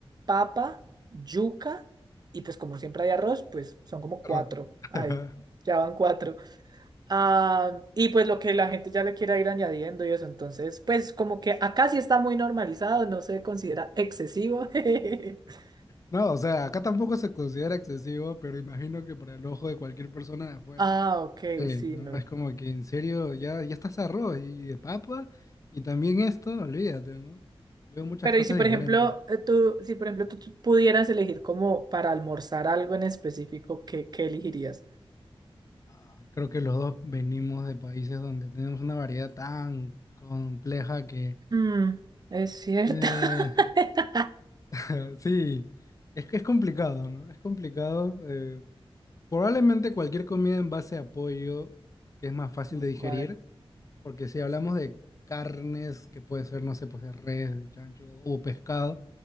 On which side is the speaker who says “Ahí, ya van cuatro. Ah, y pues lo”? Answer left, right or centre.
Right